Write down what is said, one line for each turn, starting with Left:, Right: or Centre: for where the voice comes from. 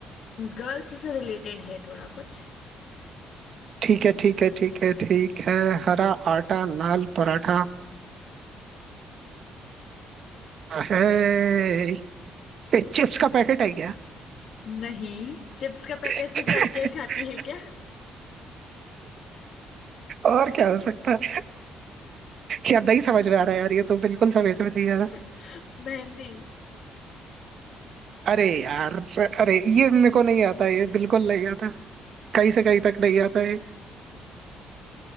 Left: गर्ल्स से रिलेटेड है थोड़ा कुछ
Right: ठीक है ठीक है ठीक है ठीक है हरा आटा लाल पराठा है ए, चिप्स का पैकेट है क्या
Left: नहीं चिप्स का पैकेट
Right: <laughs>
Left: सिर्फ लड़कियां ही खाती है क्या
Right: और क्या हो सकता है यार नहीं समझ में आ रहा है यार ये तो बिल्कुल समझ में नहीं आ रहा
Left: <laughs> मेहंदी
Right: अरे यार अरे ये मेरे को नहीं आता ये बिल्कुल नहीं आता कहीं से कहीं तक नहीं आता है